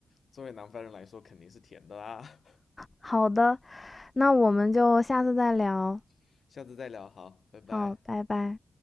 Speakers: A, on the left; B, on the left.
A: 作为南方人来说，肯定是甜的啦。
B: 好的，那我们就下次再聊。
A: <laughs> 下次再聊，好，拜拜。
B: 好，拜拜。